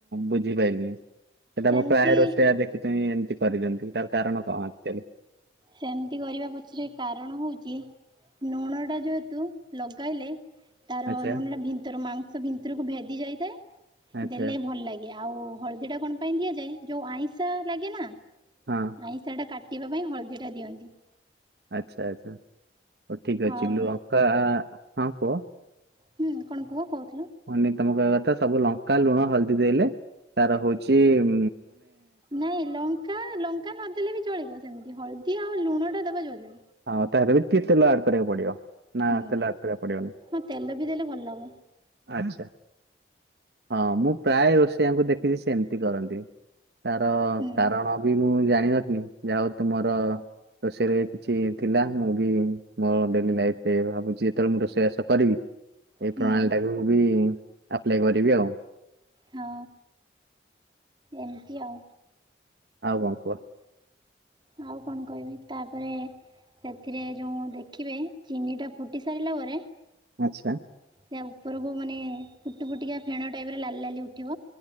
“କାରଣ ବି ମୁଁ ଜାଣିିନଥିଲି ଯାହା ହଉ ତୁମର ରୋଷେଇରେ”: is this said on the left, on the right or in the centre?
Right